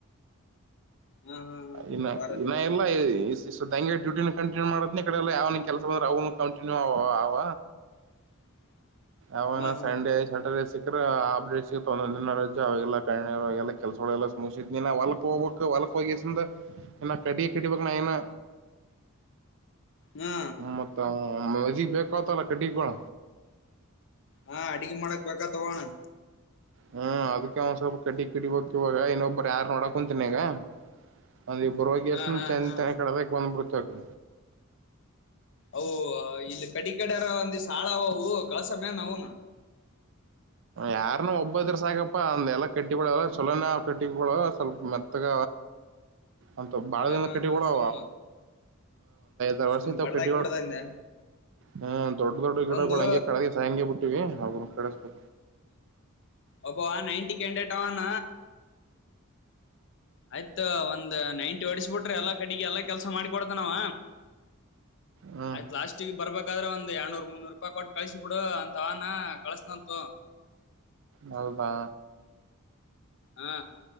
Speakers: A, on the left; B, on the right.
A: ಹಾ ಹಾ ಹಾ
B: ಇನ್ನ
A: ಒಂದ್ ವಾರ
B: ಇನ್ನ
A: ಲೀವ್ ಹಾ
B: ಇಲ್ಲ ಈ. <unintelligible> <unintelligible> ಡ್ಯೂಟಿನ ಕಂಟಿನ್ಯೂ ಮಾಡಿದನಿ ಈ ಕಡೆ ಎಲ್ಲ ಯಾವ ಕೆಲಸ ಬಂದ್ರೆ ಅವನು ಕಂಟಿನ್ಯೂ ಅವ ಅವ.
A: <unintelligible>
B: ಅವಾ ನ
A: ಹಾ
B: ಸಂಡೆ ಸ್ಯಾಟರ್ಡೆೇ ಸಿ ಕರೆ <unintelligible> ತೊಗೊಂಡೀನಿ ನಾ <unintelligible> ಅವಾಗ ಕೆಲಸ ಗೋಳ ಎಲ್ಲಾ ಮುಗಿಸಿದನಿ ನಾ ಹೊಲ್ಕ್ ಹೋಗುಕ ಹೊಲಕ್ಕ. ಹೋಗಿ ಕೆಸಿಂದ ಇನ್ನ ಕಟಗಿ ಕಡಿಬೇಕ ನಾ ಇನ್ನ.
A: ಹಾ
B: ಮತ್ತ ಮದೇವಿ ಬೇಕ ಆಗ್ತಾಾವಲ್ಲ ಕಟ್ಟಗಿ ಗೋಳ.
A: ಹಾ ಅಡಗಿ ಮಾಡಕ್ ಬೇಕಾಗ ತಾವು ಓ ಅಣ್ಣ.
B: ಹ್ಮ್ ಅದಕ್ಕೆ ಒಂದ್ ಸ್ವಲ್ಪ ಕಟ್ಟ ಕಡಿ ಬಕ್ ಇವಾಗ ಇನ್ನೊಬ್ಬರು ಯಾರ್ು ನೋಡ ಕುಂತಿನಿಗ. ಒಂದ್ ಇಬ್ಬರುಗ ಎಷ್ಟ
A: ಹಾ ಹಾ
B: ಚೆಂದ
A: ಹಾ
B: ಕಡದಕ್ ಬಂದ್ಬಿಡ್ತಕಿ
A: ಅವು ಇಲ್ಲಿ ಕಡಿ ಕಡಾರ ಒಂದಿ ಸಾಳ ಅವವು ಕಲ್ಸಯ ನವುನು
B: ಯಾರನು ಒಬ್ಬದ್ರ ಸಾಕಪ್ಪಾ ಅಂದ ಎಲ್ಲ ಕ ಕೆಟ್ಟಿಗಳು ಎಲ್ಲ ಚೊಲೋನಾವ್ ಕಟ್ಟಿಗಳು ಸ್ವಲ್ಪ ಮೆತ್ತಗ ಅಂತ ಬಳ
A: ಹಾ
B: ದ
A: ಹಾ
B: ಕಟ್ಟಡ
A: ಹಾ ಸುಮ್ಮ
B: ದ ವರ್ಷ
A: ಸುಮ್ ಕಡ್ದಾಕ್
B: ಕೆಟ್ಟಿ ಒ
A: ಬಿಡದಂದೆ
B: ಹ್ಮ ದೊಡ್ಡ ದೊಡ್ಡ ಗಿಡಗಳು
A: ಒಂದು
B: ಹಂಗೆ ಕಳಗೆ ಸಾಯಗೆ ಬಿಟ್ಟಿವವಿ ಅವ ಕಳಿಸ್ಬು
A: ಅಬ ಕಟಟಾವಣ ಆಯ್ತ ಒಂದ್ ನೈಂಟಿ ಒಡಸ್ಬಿಟ್ರಿ ಎಲ್ಲಾ ಕಡೆಗೆ ಎಲ್ಲಾ ಕೆಲ್ಸ ಮಾಡಿಕೊಡತನಾವ
B: ಹ್ಮ್
A: ಆಯ್ತ್ ಪ್ಲಾಸ್ಟಿಕ್ ಬರ್ಬೇಕಾದ್ರೆ ಒಂದ ಎನೂರು ಮುನ್ನೂರು ರೂಪಾಯಿ ಕೊಟ್ಟು ಕಳಸ ಬಿಡು ಅಂತ ಅವಾನ ಕಳಸನಂತು
B: ಹೌದಾ
A: ಹಾ